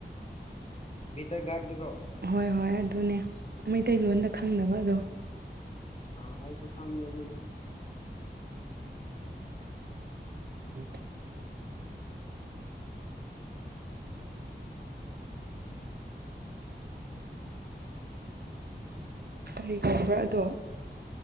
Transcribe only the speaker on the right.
ꯍꯣꯏ ꯍꯣꯏ ꯑꯗꯨꯅꯦ ꯃꯤꯇꯩꯂꯣꯟꯗ ꯈꯪꯗꯕ ꯑꯗꯣ꯫
ꯎꯝ ꯀꯔꯤ ꯀꯧꯕ꯭ꯔꯥ ꯑꯗꯣ?